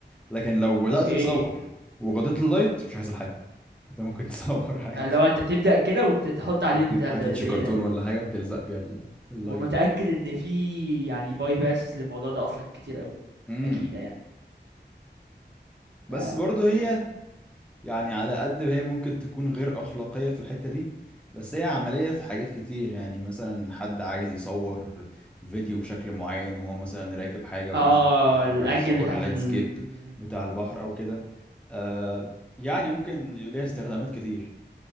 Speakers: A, in the centre; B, on the right.
A: لكن لو بدات
B: اوكي
A: تصور وغطيت اللايت مش هيحصل حاجه انت ممكن <laughs> تصور عادي
B: يعني لو انت تبدا كده وتحط عليه
A: وتجيب
B: البتاع
A: حتة
B: ده
A: شي
B: ده
A: كرتون
B: ايه ده
A: ولا حاجه تلزق بيها ال- اللايت
B: ومتاكد
A: ده
B: ان في يعني باي باسز للموضوع ده اصلا كتير اوي
A: امم
B: اكيد يعني
A: بس
B: ف...
A: برضه هي يعني على قد ما هي ممكن تكون غير أخلاقية في الحتة دي بس هي عملية في حاجات كتير يعني مثلا حد عايز يصور فيديو بشكل معين وهو مثلا راكب حاجة
B: اه
A: وماشي على البحر
B: الانجل
A: وعايز يصور
B: بتاعت
A: اللاندسكيب
B: ال... م-
A: بتاع البحر أو كده آه يعني ممكن ليها استخدامات كتير